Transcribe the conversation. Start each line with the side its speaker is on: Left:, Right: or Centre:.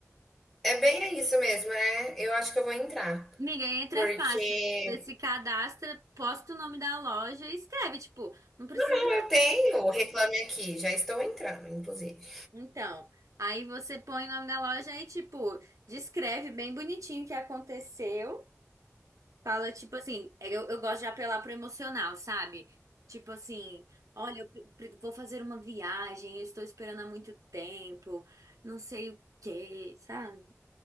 Centre: É bem isso mesmo, é. Eu acho que eu vou entrar.
Right: Amiga, entra
Centre: Porque
Right: é fácil. Você se cadastra, posta o nome da loja e escreve, tipo, não precisa.
Centre: não, eu tenho o Reclame Aqui, já estou entrando, inclusive.
Right: Então, aí você põe o nome da loja e, tipo, descreve bem bonitinho o que aconteceu. Fala, tipo assim, é, eu, eu gosto de apelar pro emocional, sabe? Tipo assim, olha, eu pre- pre- vou fazer uma viagem, eu estou esperando há muito tempo, não sei o quê, sabe?